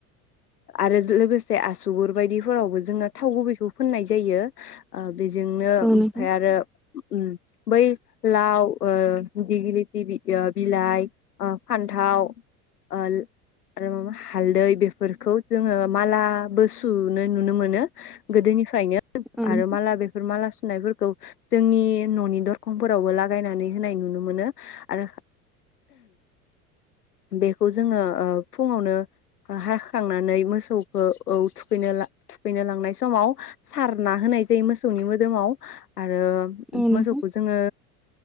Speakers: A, on the left (about 80°); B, in the centre.
A: आरो लोगोसे आसुगुर बायदिफोरावबो जोङो थाव गुबैखौ फोननाय जायो ओ बेजोंनो
B: औ
A: ओमफ्राय
B: नोंथां
A: आरो उम। बै लाव ओ दिगलिथि ओ बिलाइ ओ फान्थाव ओ आरो माबा हालदै बेफोर फोरखौ जोङो मालाबो सु नो नुनो मोनो गोदोनिफ्रायनो
B: औ नोंथां
A: आरो माला बेफोर माला सुनायफोरखौ खौ जोंनि न'नि दरखंफोरावबो लागायनानै होनाय नुनो मोनो आरो बेखौ जोङो ओ फुङावनो हा खांनानै मोसौखौ औ थुखैनो ओ थुखैनो लांनाय समाव सारना होनाय जायो मोसौनि मोदोमाव आरो आरो
B: औ नोंथां औ नोंथां
A: मोसौखौ जोङो